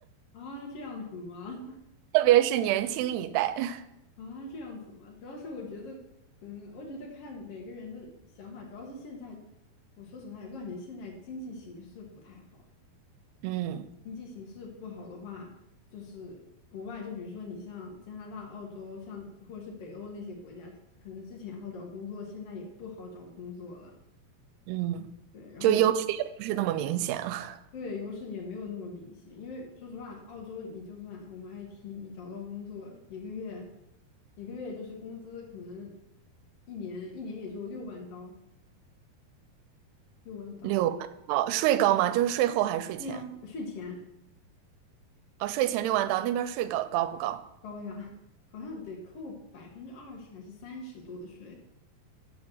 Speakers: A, on the left; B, on the right.
A: 啊，这样子吗？
B: 特别是年轻一代，<laughs>
A: <laughs> 啊，这样子吗？主要是我觉得，嗯，我觉得看每个人的想法，主要是现在，我说实话，我感觉现在经济形势不太好。
B: 嗯
A: 经济形势不好的话，就是国外，就比如说你像加拿大、澳洲，像或者是北欧那些国家，可能之前好找工作，现在也不好找工作了。
B: 嗯，
A: 对，然后
B: 就优势也不是那么明显了。
A: 对，优势也没有那么明显，因为说实话，澳洲你就算我们 IT，你找到工作一个月，一个月就是工资可能一年一年也就六万刀，六万刀，
B: 六万刀，税高吗？就是税后还是税前？
A: 对呀，税前
B: 哦，税前六万刀，那边税高高不高？
A: 高呀，<laughs> 好像得扣百分之二十还是三十多的税。